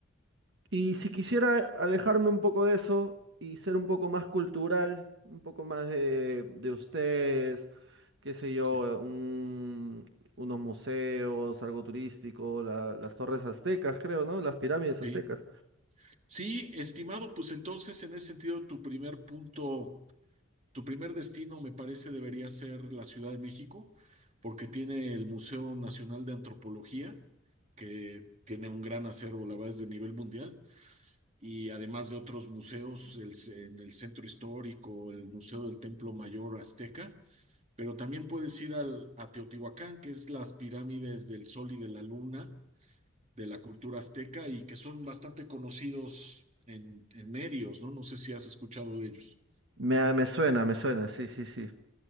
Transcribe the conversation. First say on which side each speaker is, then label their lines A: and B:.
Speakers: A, on the right; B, on the right.
A: Y si quisiera alejarme un poco de eso y ser un poco más cultural, un poco más de, de ustedes, qué sé yo,
B: Sí.
A: un- unos museos, algo turístico, la- las torres aztecas, creo, ¿no? Las pirámides
B: Sí,
A: aztecas.
B: Sí, estimado, pues entonces en ese sentido tu primer punto Tu primer destino, me parece, debería ser la Ciudad de México, porque tiene el Museo Nacional de Antropología, que tiene un gran acervo, la verdad, es de nivel mundial, y además de otros museos el ce- en el Centro Histórico, el Museo del Templo Mayor Azteca, pero también puedes ir al, a Teotihuacán, que es las pirámides del Sol y de la Luna de la cultura azteca y que son bastante conocidos en, en medios, ¿no? No sé si has escuchado de ellos.
A: Me, me suena, me suena, sí, sí, sí.